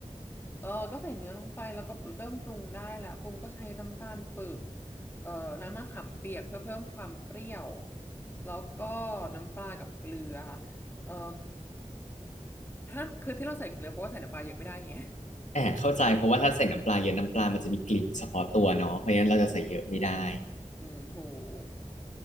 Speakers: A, on the left; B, on the left.
A: เออก็ใส่เนื้อลงไปแล้วก็เริ่มปรุงได้แหละปรุงก็ใช้น้ำตาลปึกเอ่อน้ำมะขามเปียกเพื่อเพิ่มความเปรี้ยวแล้วก็น้ำปลากับเกลือเอ่อถ้าคือที่เราใส่เกลือเพราะว่าใส่น้ำปลาเยอะไม่ได้ไง
B: แอบเข้าใจเพราะว่าถ้าใส่น้ำปลาเยอะน้ำปลามันจะมีกลิ่นเฉพาะตัวเนาะเพราะฉะนั้นเราจะใส่เยอะไม่ได้
A: <laughs> อืมถูก